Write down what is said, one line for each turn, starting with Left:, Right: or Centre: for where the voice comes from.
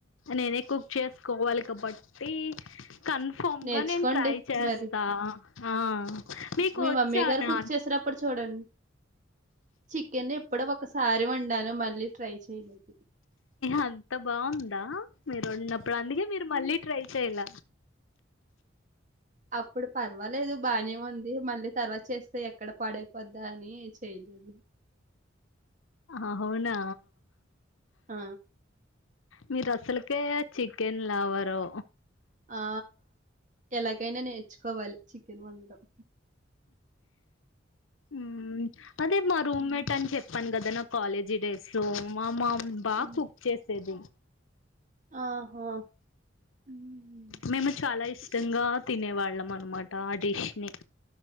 Left: నేనే కుక్ చేసుకోవాలి కబట్టి కన్ఫర్మ్గా
Right: నేర్చుకోండి
Left: నేను ట్రై చేస్తా
Right: మరి
Left: ఆ మీకు
Right: మీ
Left: వచ్చా
Right: మమ్మీ గారు
Left: నా
Right: కుక్ చేసినప్పుడు చూడండ్ చికెన్ ఎప్పుడో ఒకసారి వండాను మళ్ళీ ట్రై చెయ్ లేదు
Left: అంత బావుందా మీరున్నప్పుడు అందుకే మీరు మళ్ళీ ట్రై చెయ్ల
Right: అప్పుడు పర్వాలేదు బానే ఉంది మళ్ళీ తర్వాత చేస్తే ఎక్కడ పాడైపోద్దా అని చెయలే అ
Left: అవునా
Right: ఆ
Left: మీరు అసలుకే చికెన్ లవరు
Right: ఆ ఎలాగైనా నేర్చుకోవాలి చికెన్ వండడం
Left: మ్మ్ అదే మా రూమ్మేట్
Right: మ్మ్,
Left: అని చెప్పాను కదా ఏదనా కాలేజీ డేస్ లో మా మామ్ బా
Right: మ్మ్.
Left: కుక్ చేసేది
Right: ఆహా మ్మ్.
Left: మేము చాలా ఇష్టంగా
Right: స్-
Left: తినే వాళ్ళం అనమాట టిష్ని